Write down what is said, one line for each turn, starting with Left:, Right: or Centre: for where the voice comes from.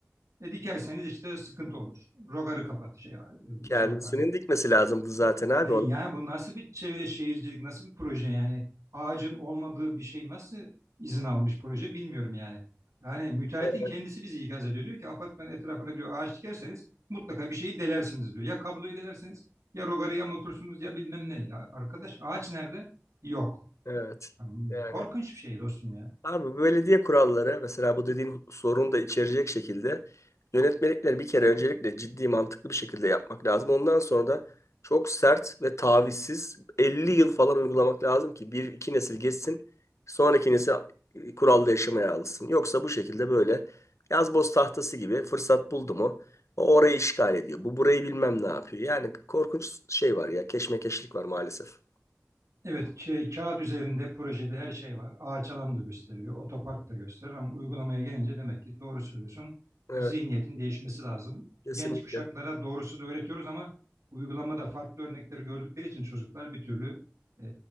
Right: E dikerseniz işte sıkıntı olur. Rogarı kapat şey,
Left: kendisinin
Right: şey yapar
Left: dikmesi lazımdı zaten abi
Right: Hayır
Left: onu.
Right: yani bu nasıl bir çevre şehircilik, nasıl bir proje yani? Ağacın olmadığı bir şey nasıl izin almış proje bilmiyorum yani. Yani müteahhitin
Left: Evet.
Right: kendisi bizi ikaz ediyor. Diyor ki apartmanın etrafına diyor ağaç dikerseniz mutlaka bir şeyi delersiniz diyor. Ya kabloyu delersiniz ya rogarı yamultursunuz ya bilmem ne. Ya arkadaş ağaç nerede? Yok.
Left: evet.
Right: Hmm,
Left: Yani
Right: Korkunç bir şey dostum ya.
Left: Abi belediye kuralları mesela bu dediğin sorunu da içerecek şekilde yönetmelikleri bir kere öncelikle ciddi mantıklı bir şekilde yapmak lazım. Ondan sonra da çok sert ve tavizsiz 50 yıl falan uygulamak lazım ki bir iki nesil geçsin sonraki nesil e, kuralda yaşamaya alışsın. Yoksa bu şekilde böyle yazboz tahtası gibi fırsat buldu mu o orayı işgal ediyor. Bu burayı bilmem ne yapıyor. Yani korkunç şey var ya keşmekeşlik var maalesef.
Right: Evet, şey, kağıt üzerinde projede her şey var. Ağaç alan da gösteriyor, otopark da gösteriyor ama uygulamaya gelince demek ki doğru söylüyorsun.
Left: Evet
Right: Bu zihniyetin değişmesi lazım.
Left: kesinlikle
Right: Genç kuşaklara doğrusu da öğretiyoruz ama uygulamada farklı örnekleri gördükleri için çocuklar bir türlü e,